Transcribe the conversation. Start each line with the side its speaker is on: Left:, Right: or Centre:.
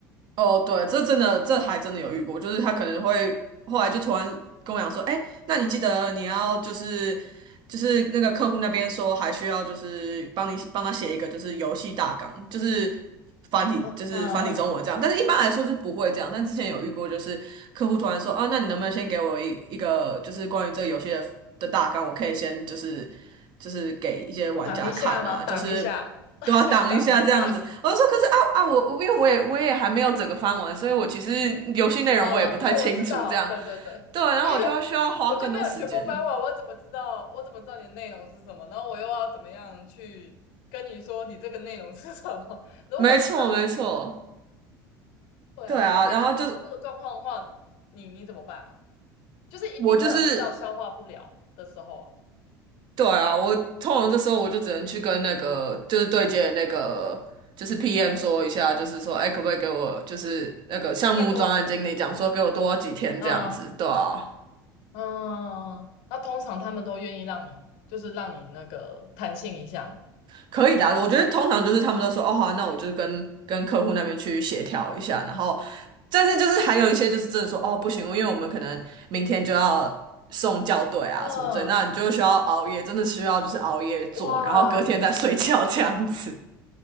Right: 哦，对，这真的，这还真的有遇过，就是他可能会后来就突然跟我讲说，哎，那你记得你要就是就是那个客户那边说还需要就是帮你帮他写一个就是游戏大纲，就是繁体就是繁体中文这样，
Left: 嗯嗯，
Right: 但是一般来说是不会这样，但之前有遇过就是客户突然说啊，那你能不能先给我一一个就是关于这个游戏的的大纲，我可以先就是。就是给一些玩家看啊，
Left: 挡一下吗？挡一下，
Right: 就是
Left: <laughs>
Right: 都要挡一下这样子。
Left: 先挡一下。
Right: 我就说，可是啊啊，我我因为我也我也还没有整个翻完，所以我其实游戏内容我也不太清楚这样。
Left: 嗯，做我知道，对对对，
Right: 对啊，
Left: <laughs>
Right: 然后我就要需要花更多时间。
Left: 因为我就没有全部发完，我怎么知道？我怎么知道你的内容是什么？然后我又要怎么样去跟你说你这个内容是什么？<laughs> 如果知道
Right: 没错，没错，
Left: 对啊，
Right: 对啊，
Left: 哦，所以那你遇到这个状况的话，
Right: 然后就是
Left: 你你怎么办啊？就是一定会有遇到消化不了的时候啊
Right: 我就是对啊，我通常这时候我就只能去跟那个就是对接的那个就是 PM 说一下，就是说，哎，可不可以给我就是那个项目专案经理讲说给我多几天这样子，
Left: 再多几天的时间，嗯
Right: 对啊。
Left: 嗯，那通常他们都愿意让你，就是让你那个弹性一下嘛。
Right: 可以的啊我觉得通常就是他们都说哦好啊那我就是跟跟客户那边去协调一下，然后，但是就是还有一些就是真的说哦不行，因为我们可能明天就要送校对啊什么之类，
Left: 嗯，
Right: 那你就需要熬夜，真的需要就是熬夜做，
Left: 哇
Right: 然后隔天再睡觉这样子。